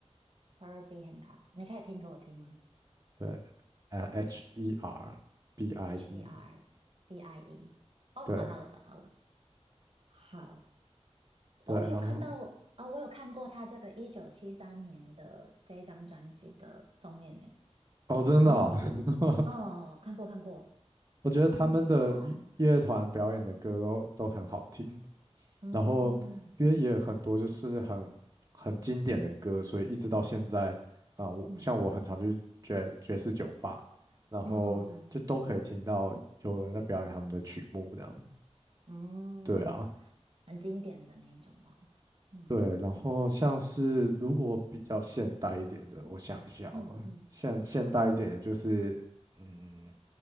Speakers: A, on the right; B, on the right.
A: ，Herbie Hancock，你可以拼给我听吗
B: 对，呃 H E R B I
A: ？H
B: E，
A: E R B I E，哦，
B: 对
A: 找到了找到了，好，
B: 对，
A: 哦，有看到啊、
B: 然后
A: 我有看过他这个一九七三年的这一张专辑的封面诶，
B: 哦真的哦
A: 很有名，
B: <laughs>
A: 哦，看过看过，
B: 我觉得他们的乐乐团表演的歌都都很好听，
A: 啊，是他，嗯嗯
B: 然后因为也很多就是很很经典的歌，所以一直到现在啊、我像我很常去爵爵士酒吧，
A: 嗯
B: 然后就都可以听到有人在表演他们的曲目这样。
A: 嗯嗯嗯嗯，
B: 对啊，
A: 很经典的那一种吧，嗯。
B: 对，然后像是如果比较现代一点的，我想一下哦，
A: 嗯嗯，
B: 现现代一点的就是嗯
A: 好啊，